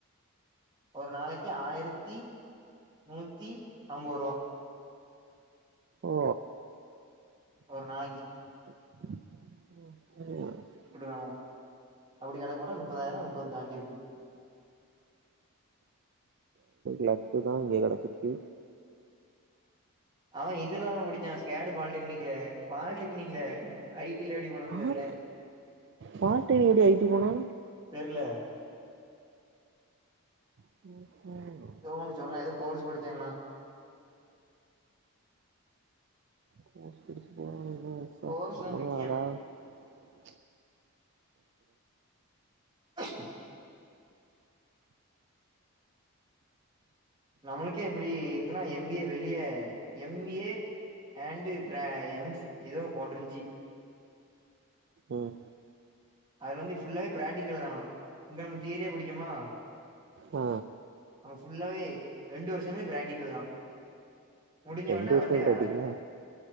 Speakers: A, on the right; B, on the right.
A: ஒரு நாளைக்கு ஆயிரத்தி நூத்தி ஐம்பது ரூபா
B: ஓ
A: ஒரு நாளக்கி
B: உ
A: கொட்டுக்கணோம் அப்படி கணக்கு போட்டா முப்பதாயிரம் முப்பது தாண்டி வருது
B: லக்கு தான் இங்கே கிடச்சிருக்கு
A: அவன் இதெல்லாம் தான் படிச்சான் ஸ்கேடு பாலிடெக்னிக்ல பாலிடெக்னிக்ல ஐ டிி ல எப்டி பண்ணனு
B: பால்
A: தெர்ல
B: பால்டெக்னிக் எப்டி ஐ டி போனா
A: தெர்ல
B: ம்
A: எதோ ஒன்னு சொன்னா ஏதோ கோர்ஸ் படிச்சேன்னா
B: <unintelligible>
A: கோர்ஸ் தா முக்கியோ
B: வருத்தமா
A: அஹ நம்மளுக்கே இப்டி இருக்குன்னா எம் பி ஏ வெளிய எம் ஏ அண்டு் ப்ரையஎம்ஸ் ஏதோ போட்ருந்சி
B: ம்
A: அதுல வந்து ஃபுல்லாவே பிராக்டிகல்ல தானா இங்க நம்ம தியரியா படிக்குமா
B: ஓ
A: அவங்க ஃபுல்லாவே ரெண்டு வருஷமே பிராக்டிக்கல் தா முடிஞ்ச
B: ரெண்டு
A: ஒட்னே
B: வருஷோ
A: ஒடனே
B: பிராக்டிகலா
A: வேல